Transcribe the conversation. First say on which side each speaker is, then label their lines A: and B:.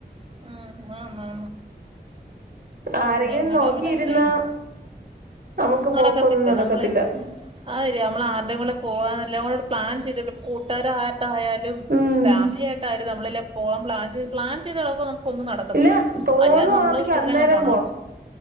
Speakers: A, on the right; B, on the right.
A: ആ മാമാമാ
B: ആരെങ്കിലും
A: നി അങ്ങനെ
B: നോക്കിയിരുന്നാ
A: വല്ലാം ചെയ്യണം
B: നമുക്ക്
A: നടക്കത്തില്ല
B: പോക്കൊന്നും നടക്കത്തില്ല
A: നമ്മളെ അഹെര്യ നമ്മള ആര്ടെങ്കിലും പോവാന്ന ല്ലാംകൂട് പ്ലാൻ ചെയ്തി കൂട്ടാര ആ ട്ടായാലും
B: ഉം
A: ഫാമിലിയായിട്ടയാലും നമ്മളല്ലെ പോവാൻ പ്ലാൻ ചെയ്ത് പ്ലാൻ ചെയ്തളക്കും ഒന്നും നടക്കത്തില്ല
B: ഇല്ല തോന്നുവാന്നെങ്കി
A: അല്ലാതെ നമ്മളെ ഇഷ്ടത്തിനങ്ങ്
B: അന്നേരം
A: പോണം